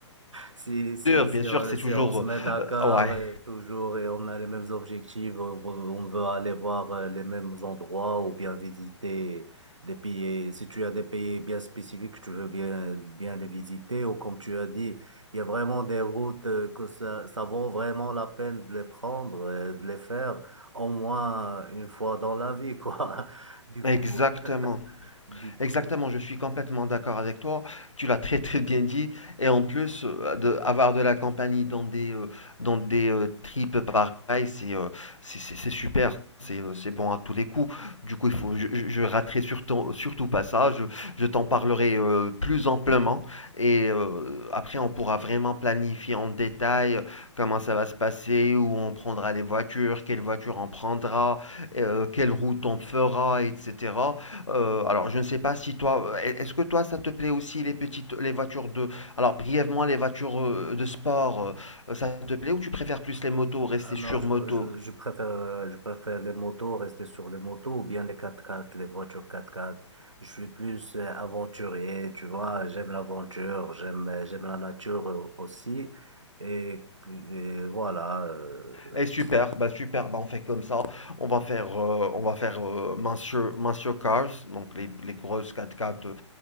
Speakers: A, on the right; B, on the left.
A: Si, si,
B: Sûr, bien
A: si,
B: sûr,
A: euh,
B: c'est
A: si
B: toujours...
A: on se met d'accord
B: euh, ouais,
A: euh, toujours et on a les mêmes objectifs, on, veut on veut aller voir euh, les mêmes endroits ou bien visiter des pays. Si tu as des pays bien spécifiques, tu veux bien, bien les visiter ou comme tu as dit, il y a vraiment des routes euh, que ça, ça vaut vraiment la peine de les prendre, euh, de les faire au moins une fois dans la vie, quoi. <laughs> Du
B: exactement.
A: coup, <laughs> du coup,
B: Exactement, je suis complètement d'accord avec toi. Tu l'as très très bien dit. Et en plus, euh, de, avoir de la compagnie dans des, euh, dans des euh, tripes pareilles, c'est euh, c'est c'est- c'est super. C'est euh, c'est bon à tous les coups. Du coup, il faut, je, je je raterai surtout, surtout pas ça. Je, je t'en parlerai euh, plus amplement. Et euh, après, on pourra vraiment planifier en détail euh, comment ça va se passer, où on prendra les voitures, quelle voiture on prendra, euh, quelle route on fera, etc. Euh, alors, je ne sais pas si toi, euh, est-ce que toi, ça te plaît aussi les petites, les voitures de, alors brièvement les voitures euh, de sport, euh, ça te plaît ou tu préfères plus
A: ah
B: les motos, rester
A: ah non,
B: sur
A: je,
B: moto?
A: je, je préfère, euh, je préfère les motos, rester sur les motos ou bien les 4x4, les voitures 4x4. Je suis plus euh, aventurier, tu vois. J'aime l'aventure, j'aime, euh, j'aime la nature euh, aussi. Et, et voilà, euh,
B: Et super, bah super, bah on fait comme ça. On va faire, euh, on va faire euh, Monsieur, Monsieur Cars, donc les, les grosses quatre quatre euh,